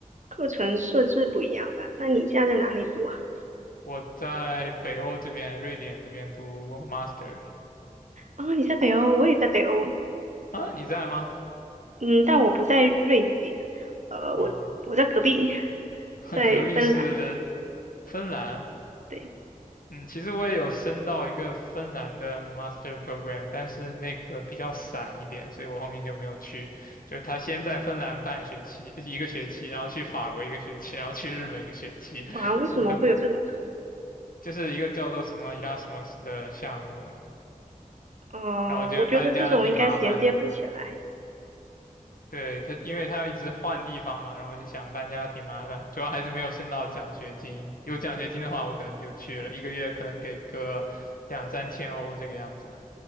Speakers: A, on the right; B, on the left.
A: 课程设置不一样吧？那你现在在哪里读啊？
B: 我在北欧这边，瑞典这边读 master。
A: 啊，你在北欧，我也在北欧，
B: 啊，你在吗？
A: 嗯，但我不在瑞典，呃，
B: 啊，
A: 我我在隔壁，
B: <laughs>
A: 在芬兰。
B: 隔壁是芬兰。
A: 对，
B: 嗯，其实我也有申到一个芬兰的 master program，但是那个比较散一点，所以我后面就没有去。就是他先在芬兰半学期，一个学期，然后去法国一个学期，然后去日本一个学期。<laughs>
A: 哇，为什么会有这种课？
B: 我觉得就是一个叫做什么 Erasmus 的项目，
A: 哦，
B: 然后我觉得搬家挺麻烦的，
A: 我觉得这种应该衔接不起来。
B: 我就对，他，因为他要一直换地方嘛，然后我就想搬家挺麻烦，主要还是没有升到奖学金。有奖学金的话，我可能就去了，一个月可能给个两三千欧这个样子。